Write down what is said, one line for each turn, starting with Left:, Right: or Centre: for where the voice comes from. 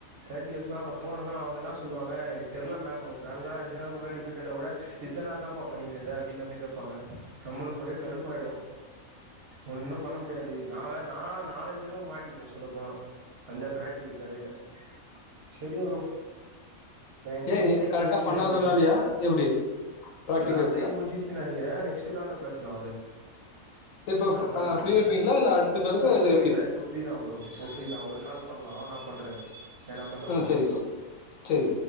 Right: பிராக்டிகல்ஸ்ன்னா போனோனா அவங்க என்ன சொல்லுவாங்க தெரில மேம் ஒரு நால் நாள் அஞ்சு நாள் முன்னாடி போயிட்டு <unintelligible> இத்தன்நாள் என்னாப்பா பண்ணிருந்த அப்டின்னு வந்து கேப்பாங்க நம்ளுக்கு ஒரே கடுப்பாயிடூ ஒன்னூ பண்ண முடியாது நா நா நாலஞ்சு தடவ மாட்டிங்கினே சொல்ல போனா அந்த பிராக்டிக்கல் கதையில சரிங் ப்ரோ எனக் தெர்ஞ்சு
Left: ஏன்
Right: டைம்
Left: கரெக்டா
Right: முடிஞ்சுச்சு
Left: பண்ணாதனாலயா
Right: நெனைக்கிறே
Left: எப்படி ப்ராக்டிகல்ஸ்ல
Right: ஏனா டைம் முடிஞ்சிச்சு நெனைக்கிறே நெக்ஸ்ட் கால்ல பேசலா அத
Left: இப்ப ஃப்
Right: பண்றய்
Left: ஆ ஃப்ரீயா இருப்பீங்களா? இல்ல அடுத்த காலுக்கா?
Right: ஆ இப்ப
Left: இல்ல
Right: ஃப்ரீ
Left: எப்டி?
Right: தா இப்போ ஃப்ரீ தா ப்ரோ இப்போ ஃப்ரீ தா ஒரு கால் பண்லா நா பண்றே ஏ நம்பர்ல
Left: ஆ
Right: பண்றே
Left: சரி ப்ரோ. சரி.